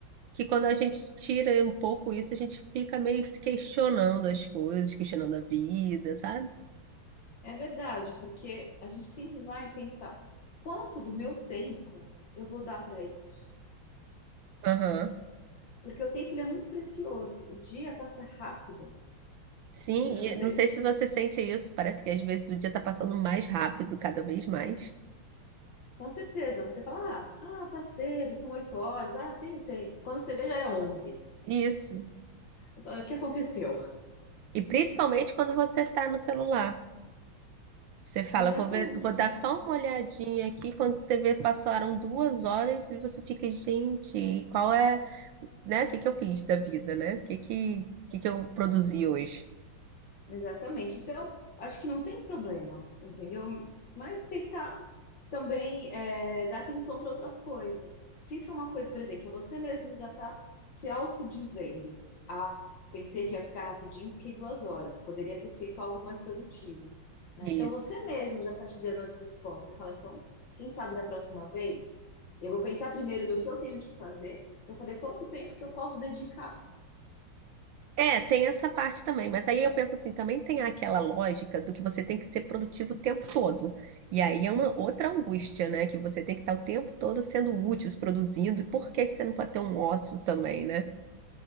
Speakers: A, on the right (about 75°); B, on the left (about 60°).
A: que quando a gente tira um pouco isso, a gente fica meio se questionando as coisas, questionando a vida, sabe?
B: É verdade, porque a gente sempre vai pensar quanto do meu tempo eu vou dar para isso?
A: Aham.
B: Porque o tempo ele é muito precioso. O dia passa rápido,
A: Sim,
B: né? Não
A: e
B: sei,
A: não sei se você sente isso, parece que às vezes o dia tá passando mais rápido, cada vez mais.
B: com certeza, você fala, ah, ah, tá cedo, são oito horas, ah, tenho tempo. Quando você vê, já é onze.
A: Isso.
B: Você fala, O que aconteceu?
A: E principalmente quando você tá no celular. Você fala,
B: Exatamente.
A: vou ver, vou dar só uma olhadinha aqui. Quando você vê, passaram duas horas e você fica, gente, qual é, né? O que que eu fiz da vida, né? O que que, o que que eu produzi hoje?
B: Exatamente. Então, acho que não tem problema, entendeu? Mas tentar também é, dar atenção para outras coisas. Se isso é uma coisa, por exemplo, você mesmo já está se autodizendo. Ah, pensei que ia ficar rapidinho, fiquei duas horas. Poderia ter feito algo mais produtivo, né?
A: Isso.
B: Então, você mesmo já está te dando as respostas. Você fala, então, quem sabe da próxima vez, eu vou pensar primeiro no que eu tenho que fazer para saber quanto tempo que eu posso dedicar.
A: É, tem essa parte também, mas aí eu penso assim, também tem aquela lógica do que você tem que ser produtivo o tempo todo. E aí é uma outra angústia, né? Que você tem que estar o tempo todo sendo útil, se produzindo. E por que que você não pode ter um ócio também, né?